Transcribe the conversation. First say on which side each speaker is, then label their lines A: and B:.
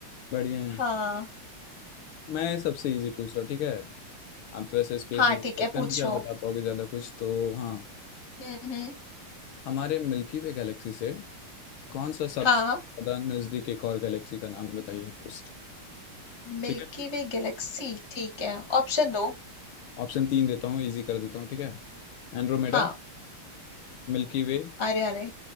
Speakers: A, on the left; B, on the left.
A: बढ़िया है
B: हाँ
A: मैं सबसे इजी पूछ रहा हूँ ठीक है आप तो ऐसे स्पेस
B: हाँ
A: में लगता
B: ठीक है पूछो
A: नहीं कि आप बता पाओगे ज्यादा कुछ तो हाँ
B: हम्म हम्म,
A: हमारे मिल्की वे गैलेक्सी से कौन सा सबसे
B: हाँ
A: ज्यादा नजदीक एक और गैलेक्सी का नाम बताइए दोस्त ठीक
B: मिल्की
A: है
B: वे गैलेक्सी ठीक है ऑप्शन दो
A: ऑप्शन तीन देता हूँ इजी कर देता हूँ ठीक है एंड्रोमेडा
B: हाँ
A: मिल्की वे
B: अरे अरे